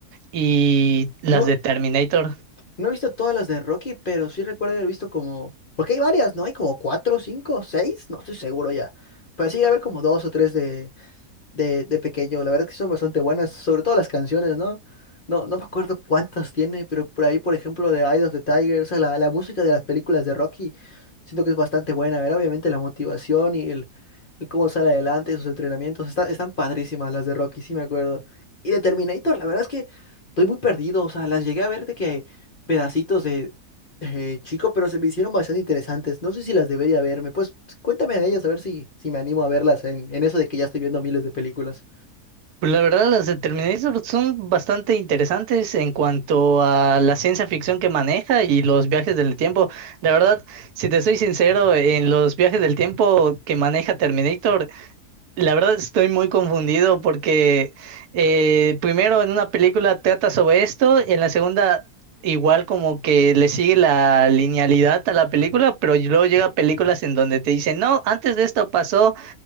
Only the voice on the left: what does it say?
No,
No he visto todas las de Rocky, pero sí recuerdo haber visto como... Porque hay varias, ¿no? Hay como cuatro, cinco, seis, no estoy seguro ya. Pero sí, a haber como dos o tres de de, de pequeño. La verdad es que son bastante buenas, sobre todo las canciones, ¿no? No, no me acuerdo cuántas tiene, pero por ahí, por ejemplo, de Eye of the Tiger, o sea, la, la música de las películas de Rocky, siento que es bastante buena. A ver, obviamente la motivación y el, el cómo sale adelante, sus entrenamientos, está- están padrísimas las de Rocky, sí me acuerdo. Y de Terminator, la verdad es que estoy muy perdido, o sea, las llegué a ver de que pedacitos eh, chico, pero se me hicieron bastante interesantes. No sé si las debería verme. Pues cuéntame de ellas, a ver si, si me animo a verlas en, en eso de que ya estoy viendo miles de películas.